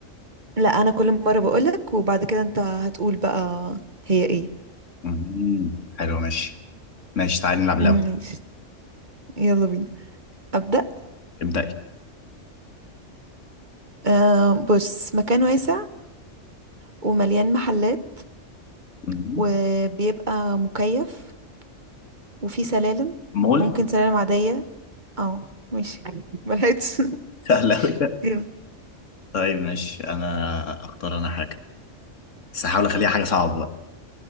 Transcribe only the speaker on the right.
لا انا كل مرة بقول لك وبعد كده انت هتقول بقى هي ايه
ماشي
يلا بينا ابدأ
أه بص مكان واسع ومليان محلات
وبيبقى مكيف وفي سلالم
ممكن سلالم عادية اه ماشي ملحقتش
<laughs>
يلا.